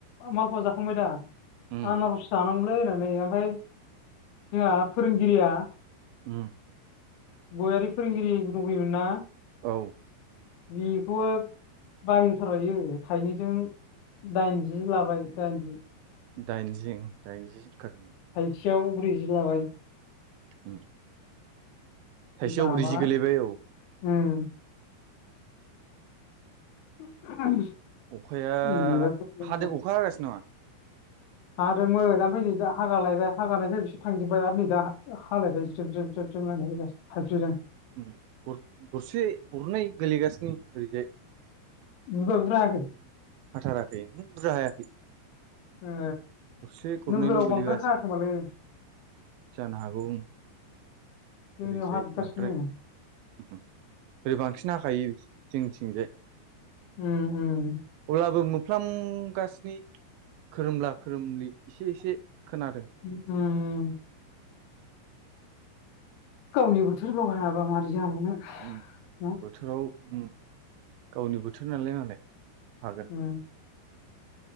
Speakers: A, on the left; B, on the right.
A: मालफवा जाखांबाय दा।
B: उम
A: आनारस जानांगौमोनलै होननानै ओमफ्राय जोंहा फोरोंगिरिया।
B: उम।
A: गयारि फोरोंगिरि दंफैयोमोन ना
B: औ
A: बिखौवो। बायथारबाय बियो थाइनैजों दाइनजि लाबाय दाइनजि।
B: दाइनजिं दाइनजि जखारोम।
A: थाइथियाव ब्रैजि लाबाय।
B: उम। थाइसेयाव
A: जाबाय
B: ब्रैजि गोलैबाय औ
A: उम। <unintelligible>
B: अखाया
A: बिराद गोथावमोन
B: हादो अखा हागासिनो नामा।
A: हादोंमोन ओमफ्राय नै दा हागा लायबाय हागा हागानायखाय बिसोर थांजोबबाय आरो नै दा हालायबाय ज्रेब ज्रेब। <unintelligible>
B: उम गर गरसे गरनै गोलैगासिनो ओरैजाय।
A: बुरजा बुरजा हायाखै।
B: हाथाराखै उहो बुरजा हायाखै।
A: ए
B: गरसे गरनैल'
A: नोगोराव
B: गोलैगासिनो
A: बांद्राय हायाखोमालै।
B: जानो हागौ ओं
A: जोंनियाव
B: ओरैजाय
A: हागासिनो
B: बांद्राय उम। ओरै बांसिन हाखायो जोंनिथिंजाय
A: उम
B: अब्लाबो मो फ्लामगासिनि खोरोमला खोरोमलि एसे एसे खोनादों
A: ओम गावनि बोथोर गाव हायाबा माबोरै जाबावनो
B: उम
A: न
B: बोथोराव ओम गावनि बोथोर नालाय मालाय हागोन
A: उम